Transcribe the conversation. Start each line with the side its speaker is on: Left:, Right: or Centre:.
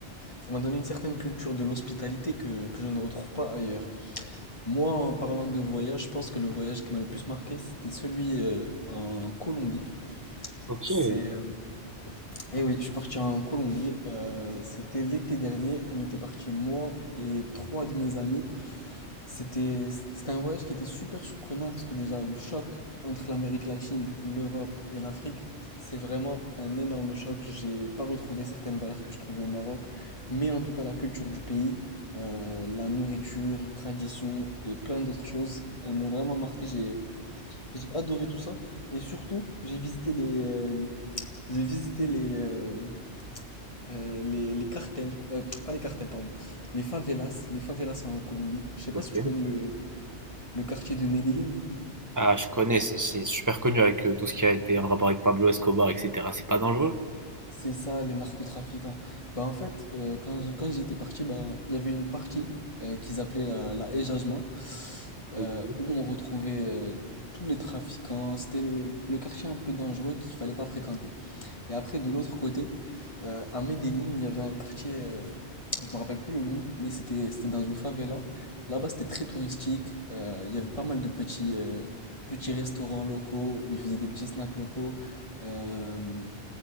Left: ça m'a donné une certaine culture de l'hospitalité que, que je ne retrouve pas ailleurs. Moi, en parlant de voyage, je pense que le voyage qui m'a le plus marqué, c'était celui euh, en Colombie.
Right: Ok,
Left: C'est, euh, eh oui, je suis parti en Colombie. euh, c'était l'été dernier. On était parti moi et trois de mes amis. C'était, c'était un voyage qui était super surprenant parce que déjà le choc entre l'Amérique latine, l'Europe et l'Afrique, c'est vraiment un énorme choc. J'ai pas retrouvé certaines valeurs que je trouvais au Maroc, mais en tout cas la culture du pays, euh, la nourriture, les traditions et plein d'autres choses, elles m'ont vraiment marqué. J'ai, j'ai adoré tout ça et surtout j'ai visité les, euh, j'ai visité les, euh, euh, les, les cartels, euh, pas les cartels pardon, les favelas, les favelas en Colombie. Je sais pas
Right: ok.
Left: si tu connais le le quartier de Medellín,
Right: Ah, je connais, c'est c'est super connu avec euh, tout ce qui a été en rapport avec Pablo Escobar, etc. C'est pas dangereux.
Left: c'est ça les narcotrafiquants. Bah en fait, euh, quand, je- quand j'étais parti, bah, il y avait une partie euh, qu'ils appelaient la, la Ejajma, euh,
Right: Ok,
Left: où on retrouvait euh, tous les trafiquants. C'était le, le quartier un peu dangereux qu'il fallait pas fréquenter. Et après, de l'autre côté, euh, à Medellín, il y avait un quartier, euh, je me rappelle plus le nom, mais c'était c'était dans une favela. Là-bas, c'était très touristique. euh, il y avait pas mal de petits, euh, petits restaurants locaux où ils faisaient des petits snacks locaux. Euh,